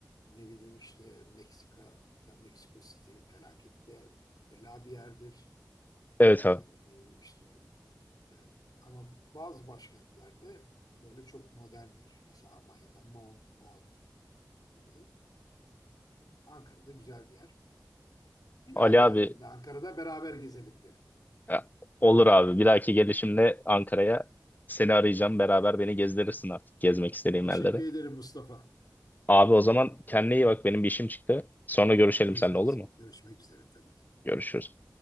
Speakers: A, on the left; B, on the left.
A: Ne bileyim işte Meksika ya Meksiko City felaket be- bela bir yerdir.
B: Evet
A: E,
B: abi.
A: ne bileyim işte e, ama bazı başkentlerde böyle çok moderndir. Mesela Almanya'da Bonn, Bonn gibi. Ankara'da güzel bir yer. Bir daha
B: Ali
A: geldiğinde
B: abi
A: Ankara'da beraber gezelim derim.
B: ya, olur abi. Bir dahaki gelişimde Ankara'ya seni arayacağım. Beraber beni gezdirirsin artık gezmek istediğim
A: Teşekkür
B: yerleri.
A: ederim Mustafa.
B: Abi o zaman kendine iyi bak. Benim bir işim çıktı. Sonra görüşelim
A: Görüşmek
B: seninle olur
A: üzere.
B: mu?
A: Görüşmek üzere tabii ki.
B: Görüşürüz.